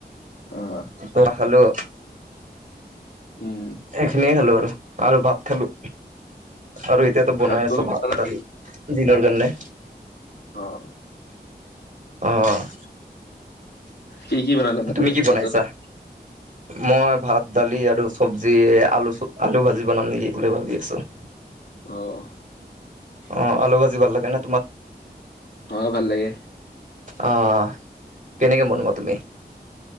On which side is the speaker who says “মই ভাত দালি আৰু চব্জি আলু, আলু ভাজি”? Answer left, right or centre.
Right